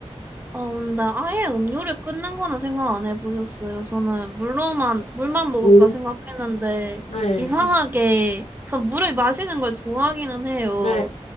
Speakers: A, on the right (about 15°); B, on the left (about 70°).
A: 어, 데 아예 음료를 끊는 거는 생각 안 해보셨어요. 저는 물로만, 물만 먹을까
B: 오.
A: 생각했는데,
B: 네,
A: 이상하게, 전 물을 마시는 걸 좋아하기는 해요.
B: 네,